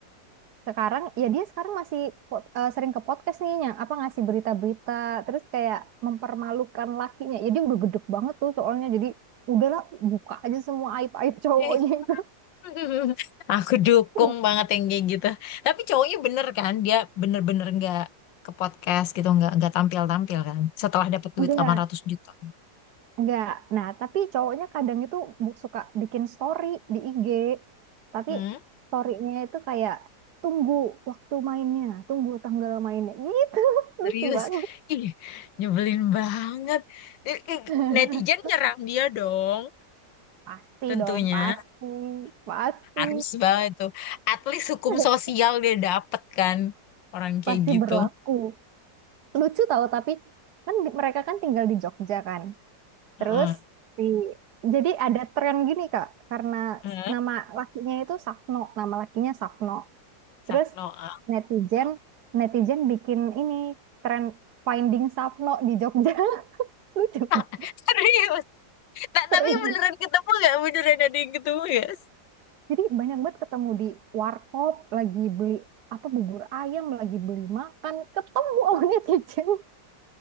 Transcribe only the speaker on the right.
sekarang ya dia sekarang masih po- eh, sering ke podcast nih yang apa ngasih berita-berita terus kayak mempermalukan lakinya ya dia udah gedek banget tuh soalnya jadi udahlah buka aja semua aib-aib cowoknya
itu
<laughs>
enggak
enggak nah tapi cowoknya kadang itu bu- suka bikin story di IG tapi
storynya itu kayak tunggu waktu mainnya tunggu tanggal mainnya gitu <laughs>
lucu banget
<laughs>
pasti
dong pasti pasti
<laughs>
pasti
berlaku lucu tahu tapi kan di- mereka kan tinggal di Jogja kan
terus di jadi ada tren gini Kak karena
s- nama lakinya itu Safno nama lakinya Safno
terus
netizen netizen bikin ini tren finding Safno di Jogja <laughs> lucu
banget
serius
jadi banyak banget ketemu di warkop lagi beli apa bubur ayam lagi beli makan ketemu sama netizen